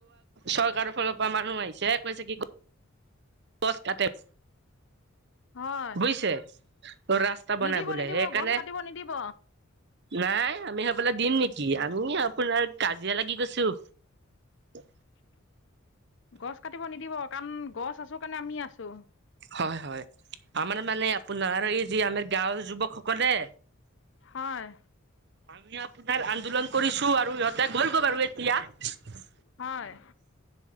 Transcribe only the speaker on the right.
চৰকাৰৰ ফালৰপৰা মানুহ আহিছে, কৈছে কি গছ কাটে।
বুজিছে? ৰাস্তা
বনাই বোলে
সেইকাৰণে
নাই, আমি সেইফালে, দিম নেকি? আমি আপোনাৰ, কাজিয়া লাগি গৈছোঁ! <inaudible>
হয়! হয়! আমাৰ মানে, আপোনাৰ এই যি, আমাৰ গাঁৱৰ যুৱকসকলে
আমি আপোনাৰ, আন্দোলন কৰিছোঁ আৰু ইহঁতে গ'লগে বাৰু এতিয়া।